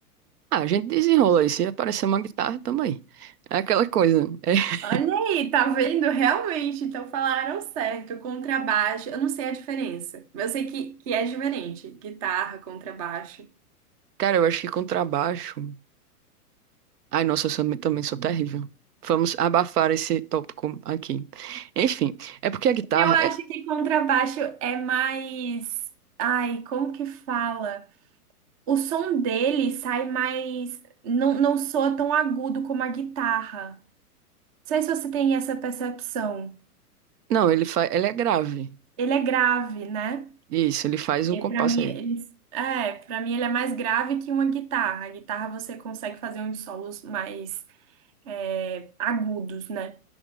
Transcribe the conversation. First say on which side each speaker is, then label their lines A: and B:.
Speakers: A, on the right; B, on the right.
A: Ah, a gente desenrola aí. Se aparecer uma guitarra, tamo aí. É aquela coisa. <laughs>
B: Olha aí, tá vendo? Realmente, então falaram certo. Contrabaixo, eu não sei a diferença, mas eu sei que, que é diferente, guitarra, contrabaixo.
A: cara, eu acho que contrabaixo. Ai, nossa, eu sou- também sou terrível. Vamos abafar esse tópico aqui. Enfim, é porque a guitarra
B: Eu acho
A: é...
B: que contrabaixo é mais. Ai, como que fala? O som dele sai mais. Não, não soa tão agudo como a guitarra. Não sei se você tem essa percepção.
A: Não, ele fa... ela é grave.
B: Ele é grave, né?
A: Isso, ele faz o
B: E
A: compasso
B: para mim,
A: aí.
B: ele... É, para mim ele é mais grave que uma guitarra. A guitarra você consegue fazer uns solos mais é, agudos, né?